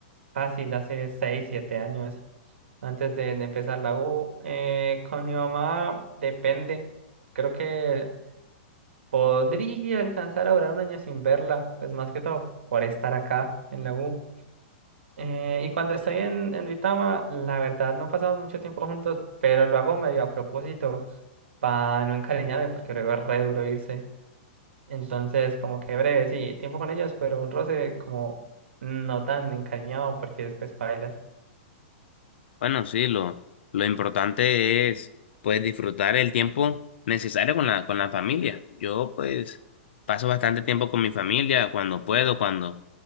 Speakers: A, on the right; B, on the left.
A: fácil hace 6 7 años, antes de, de empezar la U. Eh, con mi mamá depende. Creo que podría alcanzar a durar un año sin verla, pues más que todo por estar acá en la U. Eh, y cuando estoy en, en Duitama, la verdad no pasamos mucho tiempo juntos, pero lo hago medio a propósito para no encariñarme porque luego es re duro irse. Entonces, como que breve, sí, tiempo con ellas, pero un roce como no tan encariñado porque después bailas.
B: Bueno, sí, lo, lo importante es pues disfrutar el tiempo necesario con la, con la familia. Yo pues paso bastante tiempo con mi familia cuando puedo, cuando,